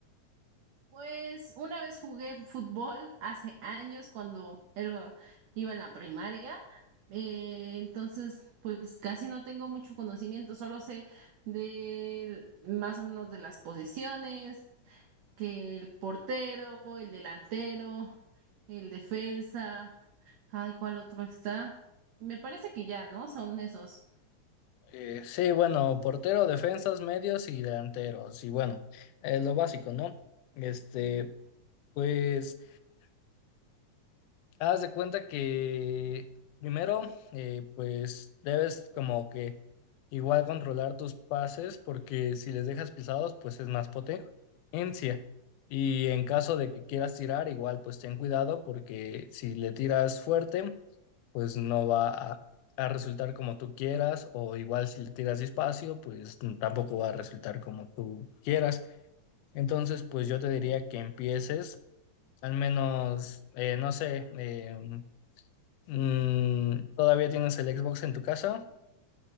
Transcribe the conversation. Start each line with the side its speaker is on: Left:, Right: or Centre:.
Right: Pues una vez jugué fútbol hace años cuando era- iba en la primaria. Eh, entonces, pues casi no tengo mucho conocimiento, solo sé de más o menos de las posiciones, que el portero, el delantero, el defensa, ay, ¿cuál otro está? Me parece que ya, ¿no? Son esos.
Left: Eh, sí, bueno, portero, defensas, medios y delanteros. Y bueno, es lo básico, ¿no? Este, pues, haz de cuenta que primero, eh, pues, debes como que igual controlar tus pases, porque si les dejas pisados, pues es más potencia. Y en caso de que quieras tirar, igual, pues ten cuidado, porque si le tiras fuerte, pues no va a, a resultar como tú quieras, o igual si le tiras despacio, pues n- tampoco va a resultar como tú quieras. Entonces, pues yo te diría que empieces, al menos, eh, no sé, eh, mm, todavía tienes el Xbox en tu casa.